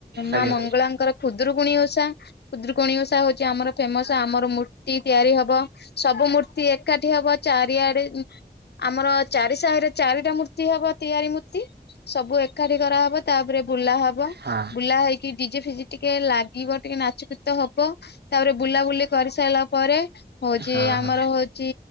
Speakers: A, on the right; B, on the left.
A: ଆଜ୍ଞା
B: ମା ମଙ୍ଗଳାଙ୍କର ଖୁଦୁରୁକୁୁଣୀ ଓଷା ଖୁଦୂରୁକୁୁଣୀ ଓଷା ହଉଛି ଆମର ଫେମସ ଆମର ମୂର୍ତ୍ତି ତିଆରି ହବ। ସବୁ ମୂର୍ତ୍ତି ଏକାଠି ହବ। ଚାରିଆଡେ ଆମର ଚାରି ସାହିରେ ଚାରିଟା ମୂର୍ତ୍ତି ହବ। ତିଆରି ମୂର୍ତ୍ତି ସବୁ ଏକାଠି କରାହବ। ତାପରେ ବୁଲା ହବ
A: ହଁ
B: ବୁଲା ହେଇକି ଡିଜେ ଫିଜିେ ଟିକେ ଲାଗିବ ଟିକେ ନାଚକୀତ ହବ ତାପରେ ବୁଲାବୁଲି କରିସାରିଲା ପରେ ହଉଛି
A: ହଁ
B: ଆମର
A: ହଁ।
B: ହଉଛି